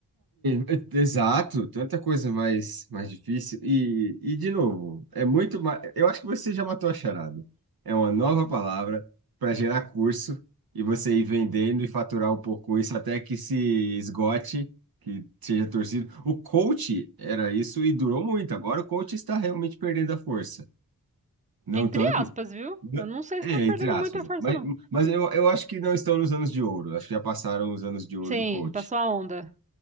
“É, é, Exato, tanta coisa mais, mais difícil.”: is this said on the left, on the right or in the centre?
Right